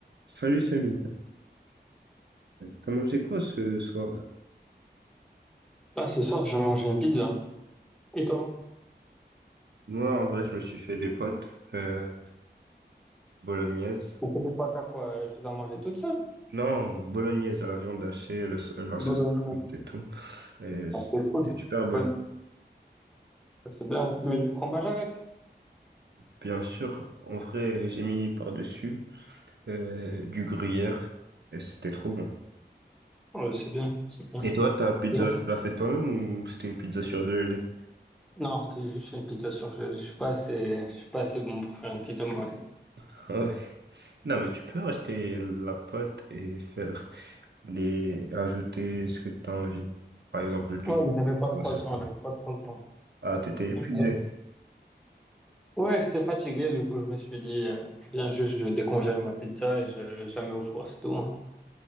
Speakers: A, on the right; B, in the centre.
A: Salut Samy, t'as mangé quoi ce soir?
B: Là, ce soir, je vais manger une pizza. Et toi?
A: Moi, en vrai, je me suis fait des potes euh, bolognaises.
B: Et tes pâtes à quoi? euh, Tu les as mangées toutes seules?
A: Non, bolognaise à la viande hachée, le sa- la
B: Bonne
A: sauce
B: année.
A: piquante et tout. Et C'était
B: Ah, c'est cool.
A: super bonne.
B: Ouais, c'est bien. Tu mets du fromage avec?
A: Bien sûr, en vrai, j'ai mis par-dessus euh, du gruyère et c'était trop bon.
B: Ouais, c'est bien, c'est bien.
A: Et toi, ta pizza,
B: C'est bon.
A: tu l'as fait toi-même ou c'était une pizza surgelée?
B: Non, c'est juste une pizza surgelée. Je suis pas assez, je suis pas assez bon pour faire une pizza moi. Ouais,
A: <laughs> Ah ouais. Non, mais tu peux rester la pâte et faire les ajouter ce que tu as envie. Par exemple, du
B: mais j'avais pas trop
A: euh, ce
B: le
A: soir.
B: temps, j'avais pas trop le temps.
A: Ah, t'étais épuisé.
B: Ouais, Ouais, j'étais fatigué, du coup, je me suis dit, euh, viens juste, je décongèle ma pizza et je, je la mets au four, c'est tout. hein.